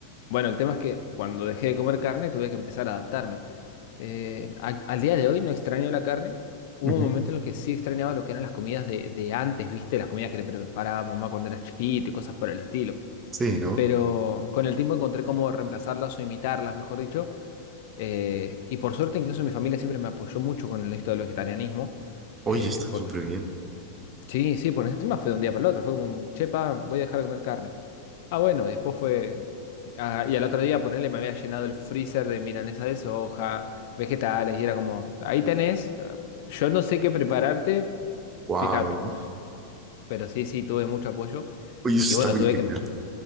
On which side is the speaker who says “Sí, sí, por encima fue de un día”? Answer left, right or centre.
Left